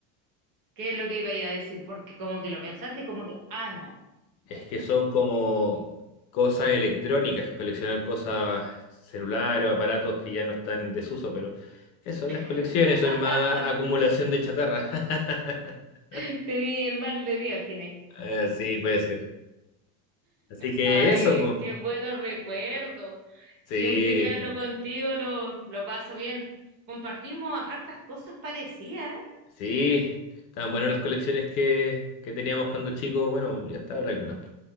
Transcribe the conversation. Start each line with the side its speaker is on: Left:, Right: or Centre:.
Right: ¿Qué es lo que iba a decir? Porque como que lo pensaste y como que, ah, no.
Left: Es que son como cosas electrónicas, coleccionar cosas celulares o aparatos que ya no están en desuso, pero eso no es colección,
Right: <laughs>
Left: eso es más acumulación de chatarra. <laughs>
Right: Tenía el mal de Diógenes.
Left: Eh, sí, puede ser. Así que
Right: Ay,
Left: eso, pues.
Right: qué buenos recuerdos.
Left: Sí,
Right: Siempre que hablo
Left: po.
Right: contigo lo, lo paso bien. Compartimos hartas cosas parecidas.
Left: Sí, estaban buenas las colecciones que, que teníamos cuando chicos, bueno, ya está ahora algunas. po.